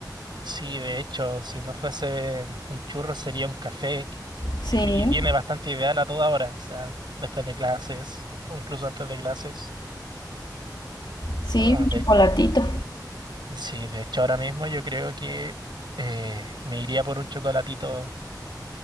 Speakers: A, on the right (about 85°); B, on the left (about 80°).
A: Sí, de hecho, si no fuese un churro sería un café
B: Sí,
A: y, y viene bastante ideal a toda hora, o sea, después de clases o incluso antes de clases.
B: sí,
A: Ah,
B: un
A: de,
B: chocolatito.
A: sí, de hecho ahora mismo yo creo que eh, me iría por un chocolatito